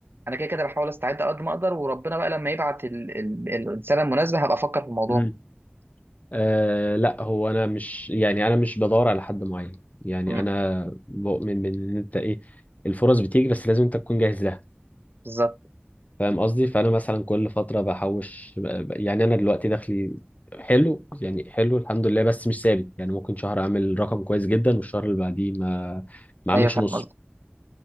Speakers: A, on the right; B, on the left.
A: انا كده كده بحاول استعد على قد ما اقدر وربنا بقى لما يبعت ال- ال- الانسانه المناسبه هبقى افكر في الموضوع
B: مم. آه لا هو انا مش يعني انا مش بدور على حد معين يعني
A: امم
B: انا بؤمن بان انت ايه الفرص بتيجي بس لازم انت تكون جاهز لها
A: بالظبط
B: فاهم قصدي فانا مثلا كل فتره بحوش يعني انا دلوقتي دخلي حلو يعني حلو الحمد لله بس مش ثابت يعني ممكن شهر اعمل رقم كويس جدا والشهر اللي بعديه ما ما اعملش
A: ايوه فاهم
B: نص
A: قصدك